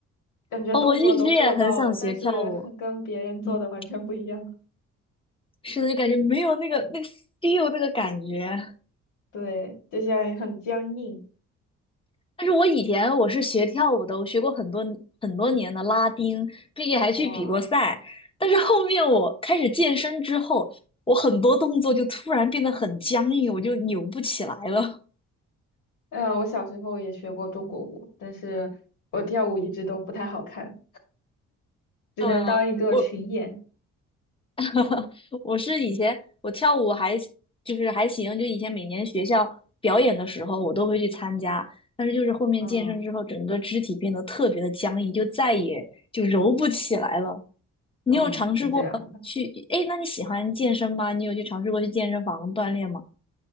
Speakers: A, on the left (about 85°); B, on the left (about 15°).
A: 感觉动作都做到了，
B: 哦，我一直也很想学跳舞，
A: 但是跟别人做的完全不一样，
B: 嗯，是的，就感觉没有那个那个 feel 那个感觉。
A: 对，就像很僵硬，
B: 但是我以前我是学跳舞的，我学过很多很多年的拉丁，并且还去比过赛。
A: 哇，
B: 但是后面我开始健身之后，我很多动作就突然变得很僵硬，我就扭不起来了。
A: 嗯，我小时候也学过中国舞，但是我跳舞一直都不太好看，只能当一个群演。
B: 嗯我 <laughs> 我是以前我跳舞还就是还行，就以前每年学校表演的时候我都会去参加，但是就是后面健身之后，
A: 嗯
B: 整个肢体变得特别的僵硬，就再也就揉不起来了。你有尝试过去？
A: 嗯，是这样的。
B: 哎，那你喜欢健身吗？你有去尝试过去健身房锻炼吗？